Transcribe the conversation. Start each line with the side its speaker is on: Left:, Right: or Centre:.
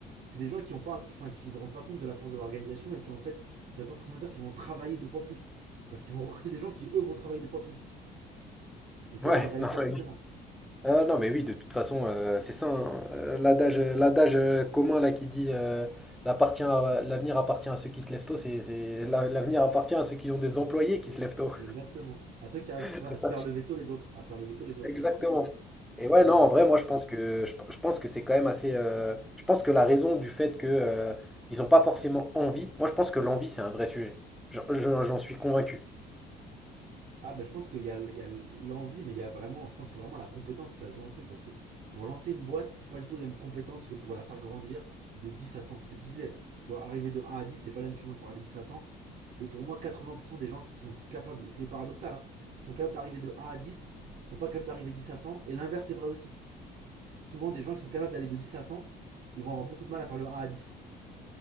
Right: c'est des gens qui ont pas, qui- enfin, qui se rendent pas compte de la force de l'organisation et qui en fait, ça veut pas forcément dire qu'ils vont travailler deux fois plus, parce qu'ils vont recruter des gens qui eux vont travailler deux fois plus. Et ça,
Centre: Ouais,
Right: ils le réalisent
Centre: <laughs> non,
Right: pas
Centre: mais,
Right: forcément.
Centre: oui, Ah, non, mais oui, de toute façon, euh, c'est ça, hein, euh, l'adage, euh, l'adage euh, commun là qui dit euh, l'appartient à- l'avenir appartient à ceux qui se lèvent tôt, c'est, c'est- la- l'avenir appartient à ceux qui ont des employés qui se lèvent tôt.
Right: Exactement. À ceux qui arrivent
Centre: <laughs>
Right: à
Centre: C'est
Right: se
Centre: ça.
Right: faire lever tôt les autres, à faire lever tôt les autres.
Centre: Exactement. Et ouais,
Right: Mais
Centre: non, en vrai, moi, je pense que je, je pense que c'est quand même assez. euh, je pense que la raison du fait que euh, ils n'ont pas forcément envie, moi, je pense que l'envie, c'est un vrai sujet. je j'en- j'en suis convaincu.
Right: Ah ben je pense qu'il y a, il y a l'envie, mais il y a vraiment, je pense que vraiment la compétence, ça joue un truc, parce que pour lancer une boîte, c'est pas du tout les mêmes compétences que pour la faire grandir de 10 à 100, ce que tu disais. Tu vois, arriver de 1 à 10, c'est pas le même chemin que pour arriver de 10 à 100. Et pour moi, 80% des gens qui sont capables, et c'est paradoxal, hein, qui sont capables d'arriver de 1 à 10, sont pas capables d'arriver de 10 à 100, et l'inverse c'est vrai aussi. Souvent, des gens qui sont capables d'aller de 10 à 100, ils vont avoir beaucoup de mal à faire le 1 à 10.